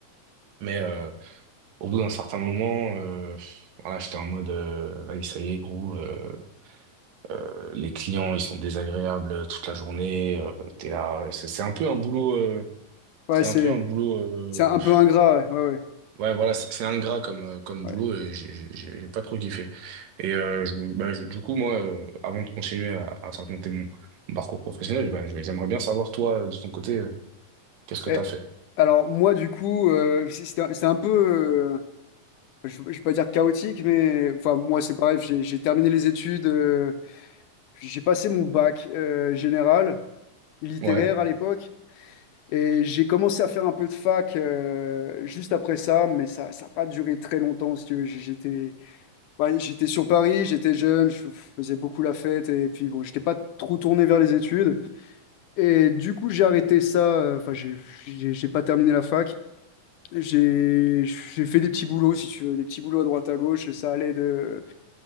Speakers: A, on the right (about 75°); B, on the left (about 75°).
A: Mais euh, au bout d'un certain moment, euh, pff, voilà, j'étais en mode, euh, vas ça y est, gros, euh, euh, les clients, ils sont désagréables toute la journée. Euh, t'es là, ouais, c'est c'est un peu un boulot, euh,
B: Ouais,
A: c'est
B: c'est
A: un peu un boulot
B: c'est un peu ingrat, ouais, ouais, ouais.
A: Ouais, voilà, c'est c'est ingrat comme, euh, comme
B: ouais.
A: boulot et j'ai j'ai- j'ai- j'ai pas trop kiffé. Et euh, je- bah, je- du coup, moi, euh, avant de continuer à, à te raconter mon, mon parcours professionnel, bah, je- j'aimerais bien savoir, toi, euh, de ton côté, euh, qu'est-ce que
B: Et
A: t'as fait?
B: alors, moi, du coup, euh, c'est c'est un c'est un peu. euh, je, je vais pas dire chaotique, mais enfin, moi, c'est pareil, j'ai j'ai terminé les études. euh, J'ai passé mon bac euh, général, littéraire
A: Ouais,
B: à l'époque, et j'ai commencé à faire un peu de fac euh, juste après ça, mais ça, ça n'a pas duré très longtemps, si tu veux. J- J'étais, ouais, j'étais sur Paris, j'étais jeune, je f- faisais beaucoup la fête, et puis bon, j'étais pas trop tourné vers les études. Et du coup, j'ai arrêté ça, euh, enfin, j'ai j'ai- j'ai pas terminé la fac. J'ai j'ai fait des petits boulots, si tu veux, des petits boulots à droite à gauche, ça allait de